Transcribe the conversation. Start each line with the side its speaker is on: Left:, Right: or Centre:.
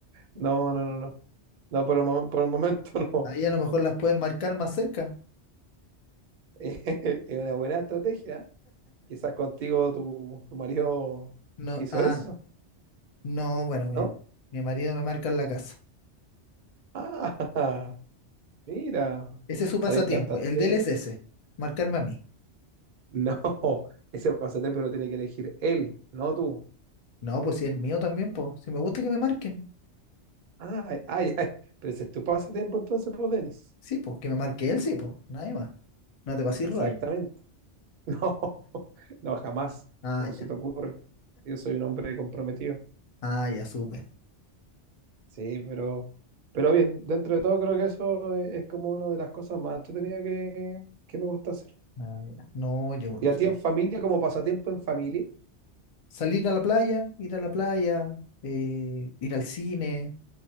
Right: no, no, no, no. No, por el, mom- por el momento no.
Left: Ahí a lo mejor las pueden marcar más cerca.
Right: <laughs> Es una buena estrategia. Quizás contigo tu, tu marido
Left: No,
Right: hizo
Left: ah,
Right: eso,
Left: no, bueno, mi,
Right: ¿no?
Left: mi marido me marca en la casa.
Right: Ah, <laughs> mira,
Left: Ese es su pasatiempo.
Right: saliste bastante
Left: El de él
Right: coqueta.
Left: es ese,
Right: <laughs>
Left: marcarme a mí.
Right: No, ese pasatiempo lo tiene que elegir él, no tú.
Left: No, pues si el mío también, pues. Si me gusta que me marquen.
Right: Ay, ay, ay, pero ese es tu pasatiempo entonces, pues, Denis.
Left: Sí, pues, que me marque él, sí, pues. Nadie más. No te pases
Right: Exactamente.
Left: rollo.
Right: No, <laughs> no, jamás.
Left: Ah,
Right: ¿Cómo
Left: ya.
Right: se te ocurre? Yo soy un hombre comprometido.
Left: Ah, ya, supe.
Right: Sí, pero, pero bien, dentro de todo creo que eso es, es como una de las cosas más entretenidas que, que me gusta hacer.
Left: Ah, ya. No, yo o
Right: Y a
Left: sea,
Right: ti en familia, como pasatiempo en familia, <laughs>
Left: salir a la playa, ir a la playa, eh, ir al cine,